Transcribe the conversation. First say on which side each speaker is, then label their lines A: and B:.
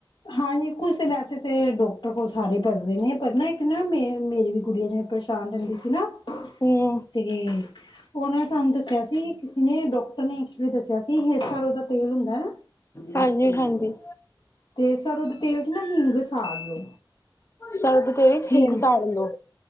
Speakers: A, on the left (about 65°); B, on the left (about 35°).
A: ਹਾਂਜੀ ਕੁਛ ਤਾਂ ਵੈਸੇ ਤਾਂ ਡਾਕਟਰ ਕੋਲ ਸਾਰੇ ਭੱਜਦੇ ਨੇ ਪਰ ਨਾ ਇੱਕ ਨਾ ਮ ਮੇਰੀ ਵੀ ਕੁੜੀਆਂ ਪਰੇਸ਼ਾਨ ਰਹਿੰਦੀ ਸੀ ਨਾ
B: ਹਮ
A: ਤੇ ਉਹਨਾਂ ਨੇ ਸਾਨੂੰ ਦੱਸਿਆ ਸੀ ਕਿਸੇ ਨੇ ਡਾਕਟਰ ਨੇ ਐਕਚੁਲੀ ਦੱਸਿਆ ਸੀ ਸਰੋਂ ਉਹਦਾ ਤੇਲ ਹੁੰਦਾ ਨਾ
B: ਹਾਂਜੀ ਹਾਂਜੀ
A: ਤੇ ਸਰੋਂ ਦੇ ਤੇਲ ਚ ਨਾ ਹਿੰਗ ਪਾਲਿਓ
B: ਸਰਦ ਤੇਰੀ
A: ਹਿੰਗ
B: ਸਾੜ ਲਓ